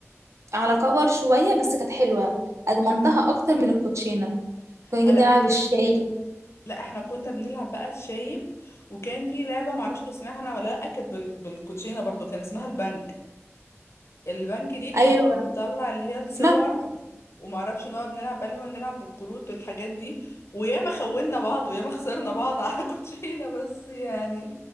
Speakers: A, on the right (about 70°); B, on the left (about 60°).
A: على كبر شوية بس كانت حلوة ادمنتها اكتر من الكوتشينة كنا نيجي
B: آه، لا
A: نلعب
B: احنا
A: الشاي
B: لا احنا كنا بنلعب بقى الشايب وكان في لعبة معرفش كنت اسمها انا ولا لا كانت بال- بالكوتشينة برضو كان اسمها البنك البنك دي
A: ايوه
B: كنا بنطلع اللي هي الصور
A: اسمها فلوس.
B: ومعرفش نقعد نلعب بقى اللي هو نلعب بالكروت والحاجات دي وياما خوننا بعض وياما خسرنا بعض على <laughs> كوتشينة بس يعني